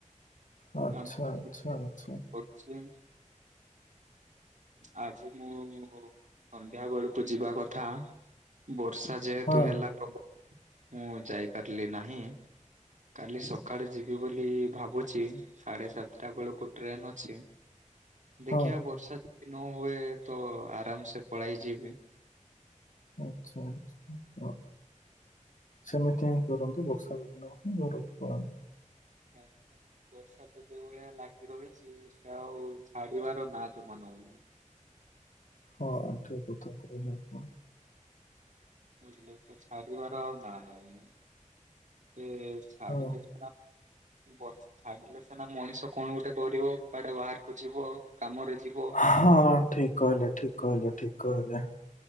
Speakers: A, on the left; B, on the right.
A: ଆଚ୍ଛା,
B: କାମ ଅଛି
A: ଆଚ୍ଛା,
B: ଯିବାକୁ
A: ଆଚ୍ଛା।
B: ପଡୁଚି। ଆଜି ମୁଁ ସନ୍ଧ୍ୟା ବେଳକୁ ଯିବା କଥା ବର୍ଷା ଯେହେତୁ
A: ହଁ,
B: ହେଲା ପ୍ରବଳ ମୁଁ ଯାଇପାରିଲି ନାହିଁ। କାଲି ସକାଳେ ଯିବି ବୋଲି ଭାବୁଚି ସାଢେ ସାତଟା ବେଳକୁ ଟ୍ରେନ୍ ଅଛି। ଦେଖିଆ
A: ହଁ।
B: ବର୍ଷା ଯଦି ନହୁଏ ତ ଆରାମ ସେ ପଳେଇ ଯିବି।
A: ଆଚ୍ଛା ଆଚ୍ଛା। ସେମିତି ହିଁ କରନ୍ତୁ ବର୍ଷା ଯଦି ନହବ ଘରକୁ ପଳାନ୍ତୁ।
B: ହଉ ତାହେଲେ। ବର୍ଷା ତ ଯୋଉଭଳିଆ ଲାଗି ରହିଚି, ସେ ଆଉ ଛାଡିବାର ନାଁ ଜମା ନଉନି।
A: ହଁ ଆଣ୍ଠୁ ଉପୁରୁକୁ ହେଇଥିବ।
B: ବୁଝିଲେ। ସେ ଛାଡ଼ିବାର ଆଉ ନା ନଉନି ଯେ ଛାଡିଲେ
A: ହଁ,
B: <inaudible> ବର୍ଷ ଛାଡିଲେ ସିନା ମଣିଷ କଣ ଗୋଟେ କରିବ କୁଆଡେ ବାହାରକୁ ଯିବ କାମରେ ଯିବ।
A: ହଁ ଠିକ୍ କହିଲେ ଠିକ୍ କହିଲେ ଠିକ୍ କହିଲେ।